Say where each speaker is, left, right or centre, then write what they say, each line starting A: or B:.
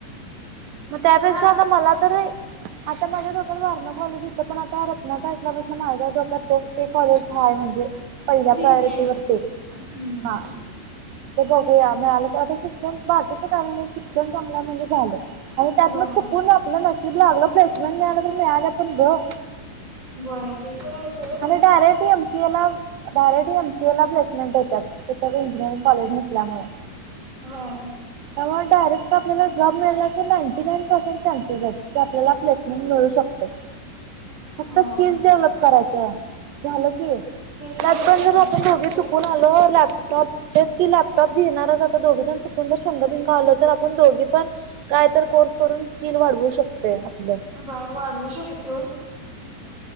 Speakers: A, on the right; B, on the right.
A: मग त्यापेक्षा
B: खलास
A: आता मला तर आता माझ्या डोक्यात वारणा कॉलेज होतं, पण आता रत्नात <unintelligible> स माझा डोक्यात तो ते कॉलेज ह आहे म्हणजे पहिल्या
B: बीपी
A: प्रायोरिटीवररती
B: आहे. हम्म
A: हा. ते बघूया मिळालं तर, आता शिक्षण बाकीच शिक्षण चांगलं म्हणजे झालं, आणि त्यातन
B: व्हय
A: चुकून आपलं नशीब लागलं प्लेसमेंट मिळाला तर मिळाल्यात पण गं.
B: होय ते. तर आहे सोड
A: अर डायरेक्ट एमसीए डायरेक्ट एमसीए ला प्लेसमेंट होत्यात. तेथ इंजिनिअरिंग कॉलेज नसल्यामुळे.
B: होय.
A: त्यामुळे डायरेक्ट आपल्याला जॉब मिळण्याचे नाईंटी नाईन पर्सेंट चान्सेस आहेत की आपल्याला प्लेसमेंट मिळू शकतो. फक्त
B: व्हय
A: स्किल्स डेव्हलप करायचं. झालं की
B: स्किल डेव्हलप
A: त्यात पण
B: करायला
A: जर आपण
B: पाहिजे
A: दोघी
B: सोड
A: चुकून आलो. लॅप टॉप की लॅपटॉप घेणारच आता दोघीजण चुकून जर संगं बिंग ग आलो तर आपण दोघी पण काय तर कोर्स करून स्किल वाढवू शकतोय आपलं
B: वाढवू शकले जोड?